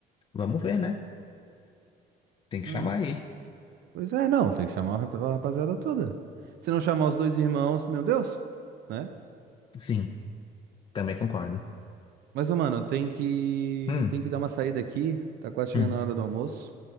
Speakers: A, on the left (about 30°); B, on the right (about 70°).
A: Vamos ver, né? Tem que
B: Ah,
A: chamar aí.
B: pois é, não. Tem que chamar o rap- a rapaziada toda. Se não chamar os dois irmãos, meu Deus, né?
A: Sim, também concordo.
B: Mas, ô, mano, eu tenho que,
A: Hum,
B: tenho que dar uma saída aqui. Tá quase chegando
A: hum,
B: a hora do almoço.